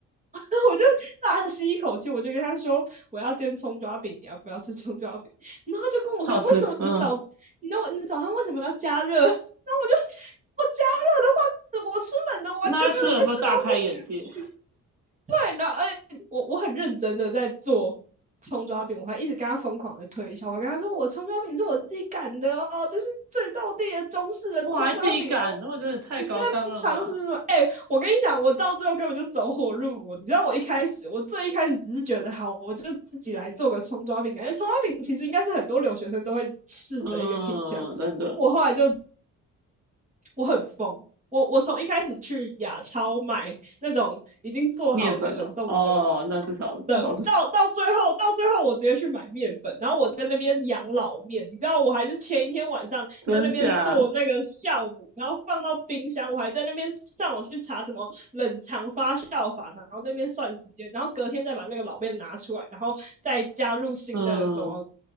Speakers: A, on the right; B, on the right.
A: <laughs> 我就大吸一口气，我就跟他说我要煎葱抓饼，你要不要吃葱抓饼？然后他就跟我说为什么你的早，
B: 他有吃，嗯，
A: 你的你的早餐为什么要加热？<laughs> 然后我就我加热的话我吃冷的完全没有在吃东西的感觉。
B: 那他吃了有没有大开眼界？
A: 对，然后欸我我很认真的在做葱抓饼，我还一直跟他疯狂的推销，我还跟他说我葱抓饼是我自己擀的哦，这是最道地的中式的葱抓饼哦。
B: 哇，还自己擀，那我真的太高纲了吧？
A: 你再不尝试吗？哎、欸我跟你讲，我到最后根本就走火入魔。你知道我一开始，我最一开始只是觉得好，我就自己来做个葱抓饼，感觉葱抓饼其实应该是很多留学生都会试的一个品相。
B: 嗯，真的，
A: 我后来就我很疯，我我从一开始去亚超买那种已经做好的冷冻的
B: 面粉哦，哦，那至少至少是
A: 的，
B: <laughs>
A: 到到最后到最后我直接去买面粉，然后我在那边养老面，你知道我还是前一天晚上在那边做那个酵母，
B: 真假，
A: 然后放到冰箱，我还在那边上网去查什么冷藏发酵法，然后那边算时间，然后隔天再把那个老面拿出来，然后再加入新的什么。
B: 嗯，